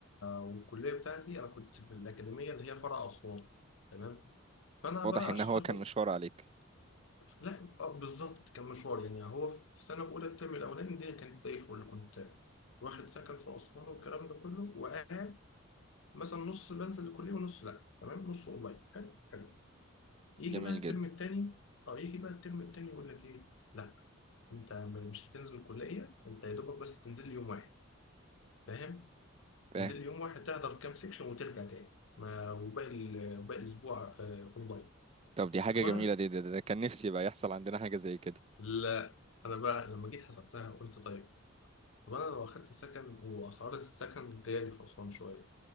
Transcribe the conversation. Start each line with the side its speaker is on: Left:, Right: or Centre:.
Left: والكليه بتاعتي انا كنت في الاكاديميه اللي هي فرع اسوان تمام فانا
Right: واضح
Left: بقى
Right: ان
Left: عشان
Right: هو
Left: اخد
Right: كان مشوار عليك
Left: لا آه، بالظبط كان مشوار يعني هو في في سنه اولى الترم الاولاني الدنيا كانت زي الفل كنت واخد سكن في اسوان والكلام ده كله وقاعد مثلا نص بنزل الكليه ونص لا تمام نص اونلاين حلو حلو. يجي
Right: جميل
Left: بقى الترم
Right: جدا
Left: التاني اه يجي بقى الترم التاني يقول لك ايه لا انت م- مش هتنزل الكليه انت يا دوبك بس تنزل لي يوم واحد فاهم تنزل
Right: فاهم
Left: لي يوم واحد تحضر كام سيكشن وترجع تاني ما وباقي ال- وباقي الاسبوع آه، اونلاين
Right: طب دي حاجة
Left: طب
Right: جميلة
Left: انا
Right: دي ده, ده, ده كان نفسي بقى يحصل عندنا حاجة زي كده
Left: لا انا بقى لما جيت حسبتها قلت طيب طب انا لو اخدت سكن واسعار السكن غالي في اسوان شويه